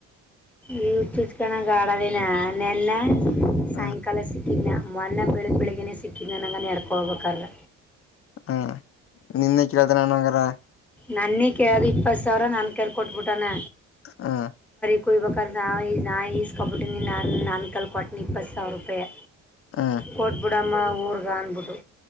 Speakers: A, in the centre; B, on the left (about 45°).
A: ಈ ಚುಚ್ಕಣ ಗಾಡೋದಿನ ನಿನ್ನೆ ಸಾಯಂಕಾಲ
B: ಹ್ಮ್
A: ಸಿಕ್ಕಿನ. ಮೊನ್ನ ಬೆಳಗ್ ಬೆಳಿಗ್ಗೆನೇ ಸಿಕ್ಕಿದನಂಗ ನಡ್ಕೊಬೇಕಾರ್ರ.
B: ಹಾ ನಿನ್ನೆ ಕೇಳ್ತನೆ ನನ್ಂಗಾರ
A: ನನ್ನೇ ಕೇಳದು ಇಪ್ಪತ್ ಸಾವಿರ ನನ್ ಕರ್ ಕೊಟ್ಬಿಟ್ಟನ
B: ಹಾ
A: ಕುಯ್ಬಕರ್ ನ ನಾ ಈಸ್ಕೊಬಟ್ಟುನಿ ನಾನು ನನ್ಕಲ್ ಕೊಟ್ಟನಿ ಇಪ್ಪತ್ತು ಸಾವಿರ ರೂಪಾಯಿ
B: ಹ್ಮ್
A: ಕೊಟ್ಬಿಡಮ್ಮ ಊರ್ಗ ಅಂದ್ಬಿಟ್ಟು